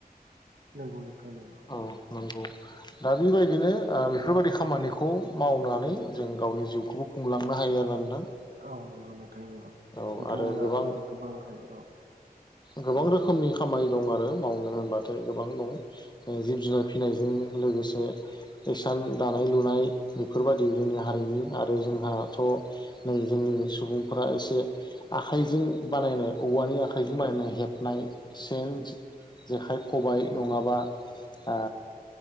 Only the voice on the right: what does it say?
नंगौ नोंथां नंगौ
औ नंगौ नोंथां नंगौ
नोंथाङा
गोबांहाय र'